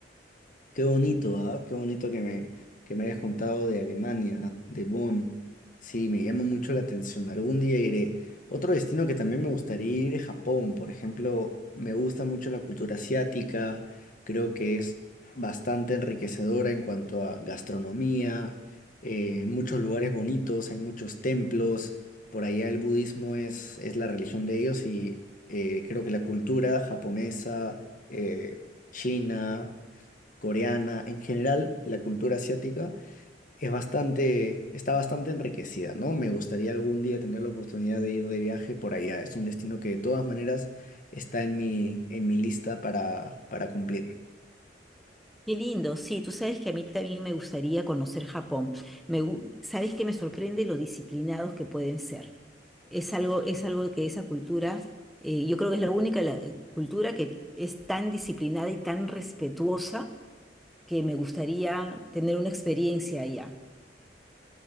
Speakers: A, on the left; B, in the centre.
A: Qué bonito, ¿ah? Qué bonito que me, que me hayas contado de Alemania, de Bonn. Sí, me llama mucho la atención. Algún día iré. Otro destino que también me gustaría ir es Japón. Por ejemplo, me gusta mucho la cultura asiática. Creo que es bastante enriquecedora en cuanto a gastronomía, eh, muchos lugares bonitos, hay muchos templos. Por allá el budismo es, es la religión de ellos y eh, creo que la cultura japonesa, eh, china coreana, en general la cultura asiática es bastante, está bastante enriquecida, ¿no? Me gustaría algún día tener la oportunidad de ir de viaje por allá. Es un destino que de todas maneras está en mi, en mi lista para, para cumplir.
B: Qué lindo, sí, tú sabes que a mí también me gustaría conocer Japón. Me, gu- sabes que me sorprende lo disciplinados que pueden ser. Es algo, es algo que esa cultura, eh, yo creo que es la única la- eh, cultura que es tan disciplinada y tan respetuosa que me gustaría tener una experiencia allá.